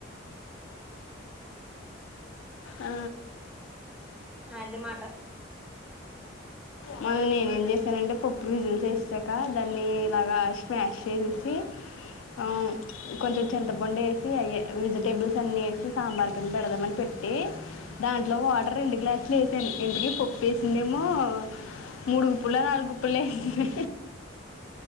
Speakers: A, on the left; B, in the centre.
A: ఆ
B: ఆ అది మాట
A: మనని నేనే ఏం చేసానంటే పప్పు విజిల్ చేసాక దాన్ని ఇలాగా స్మాష్ చేసేసి అ
B: ఉమ్
A: కొంచెం చింతపండే అయ్య వెజిటేబుల్స్ అన్ని వేసి సాంబార్ కింద పెడదామని పెట్టి దాంట్లో వాటర్ రెండు గ్లాస్ లే వేసాను ఎంతకీ పప్పు వేసిందేమో మూడుగుప్పులా నాలుగుగుప్పుల్లో వేసింది